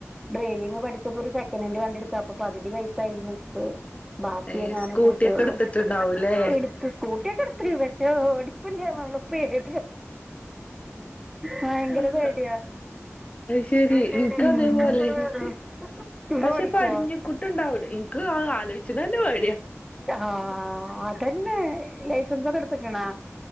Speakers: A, in the centre; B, on the left.
A: ഡ്രൈവിങ് പഠിച്ചപ്പോ സെക്കനൻഡ് വണ്ടിടുക്കുക അപ്പൊ പകുതി പൈസ ദിൽന്ട്യത്ത് ബാക്കിയേ
B: ഏ
A: ഞാനും
B: സ്കൂട്ടിയൊക്കെ
A: കൂട്ടിയെ ഉള്ളു
B: എടുത്തിട്ടുണ്ടാവൂല്ലേ
A: എടുത്ത് സ്കൂട്ടിയക്കെ എടുത്തി പക്ഷേ ഓ കുഞ്ഞാാനള്ളപ്പേട ഭയങ്കര
B: ആഹ്
A: പേടിയ
B: ശെരി
A: അത് ശരി
B: ഇൻക്ക്
A: എന്തിനപേടി
B: അതേപോലെയാണ്
A: ഇജ്ജ്
B: പക്ഷെ
A: ഓടിക്കോ
B: പടിഞ്ഞിക്കുട്ടുണ്ടാവൂലേ ഇൻക്ക് അത് ആലോചിച്ച്ണന്നെ പേടിയാ
A: ആ അതൻ ന്നെ ലൈസൻസൊക്കെ എടുത്തക്കണാ